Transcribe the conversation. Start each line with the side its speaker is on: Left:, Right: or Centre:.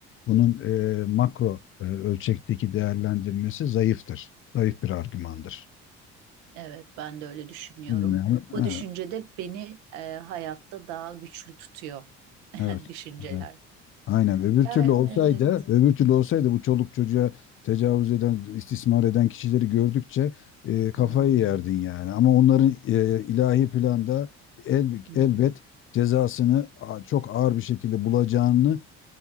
Left: bunun e, makro e, ölçekteki değerlendirmesi zayıftır. Zayıf bir argümandır.
Right: evet ben de öyle düşünüyorum.
Left: Bilmiyorum.
Right: Bu
Left: Evet,
Right: düşünce de beni e, hayatta daha güçlü tutuyor <laughs>
Left: evet.
Right: düşünceler.
Left: evet. Aynen. Öbür
Right: Ya
Left: türlü olsaydı,
Right: evet.
Left: öbür türlü olsaydı bu çoluk çocuğa tecavüz eden, istismar eden kişileri gördükçe e, kafayı
Right: Hı hı,
Left: yerdin yani. Ama onların e, ilahi planda el,
Right: hı
Left: elbet
Right: hı.
Left: cezasını a- çok ağır bir şekilde bulacağını